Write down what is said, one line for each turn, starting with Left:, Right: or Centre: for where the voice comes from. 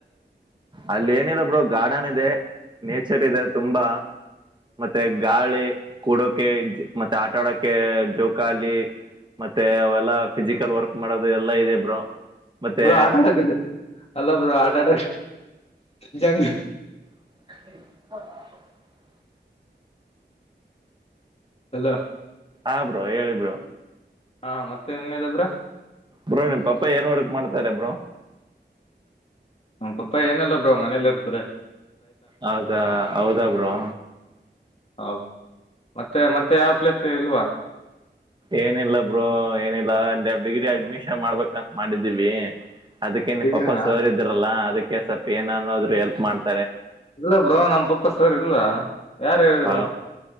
Right: ಅಲ್ಲಿ ಏನಿಲ್ಲ ಬ್ರೋ ಗಾರ್ಡನ್ ಇದೆ ನೇಚರ್ ಇದೆ ತುಂಬಾ ಮತ್ತೆ ಗಾಳಿ ಕೂಡೋಕೆ ಮತ್ತೆ ಆಟ ಆಡೋಕ್ಕೆ ಜೋಕಾಲಿ ಮತ್ತೆ ಅವೆಲ್ಲ ಫಿಸಿಕಲ್ ವರ್ಕ್ ಮಾಡೋದು ಎಲ್ಲ ಇದೆ ಬ್ರೊ ಮತ್ತೆ
Left: ಬ್ರೋ ಆಟ ಅಲ್ಲ ಬ್ರೊ ಆಟ ಆಟ ಜಂಗ್
Right: <inaudible>
Left: ಅಲ್ಲ
Right: ಆ ಬ್ರೋ ಹೇಳಿ ಬ್ರೋ
Left: ಹಾ ಮತ್ತೆ ನ್ದಬ್ರ
Right: ಬ್ರೋ ನಿಮ್ಮ ಪಾಪ್ಪ ಏನ್ ಒಡುಕ್ ಮಾಡ್ತಾರ ಬ್ರೋ
Left: ನಪಪ್ಪ ಏನೆಲ್ಲ ಬ್ರ ಮನೇಲಿ ಇರ್ತ್ರ
Right: ಹೌದಾ ಹೌದ ಬ್ರರು
Left: ಹೌ ಮತ್ತೆ ಮತ್ತೆ ಯಾವ ಪ್ಲೇಸ್ ಇಲ್ವಾ
Right: ಏನಿಲ್ಲ ಬ್ರೂ ಏನಿಲ್ಲ ಡಿಗ್ರಿ ಅಡ್ಮಿಷನ್ ಮಾಡ್ಬೇಕಂತ ಮಾಡಿದ್ದೀವಿ ಅದಕ್ಕೆ ನಿನ್
Left: ಡಿಗ್ರಿನಾ
Right: ಪಾಪ ಸೋರಿದ್ರಲ್ಲಾ ಅದಕ್ಕೆ ಸ್ವಪ ಏನ ಅನ್ನೋದ್ರು ಹೆಲ್ಪ್ ಮಾಡ್ತ
Left: ಇಲ್ಲ ಬ್ರೋ ನಮ್ಮ ಪಪ್ಪ ಸರ್ ಇಲ್ವಾ ಯಾರು ಹೇಳಿದ್ರು
Right: ಹ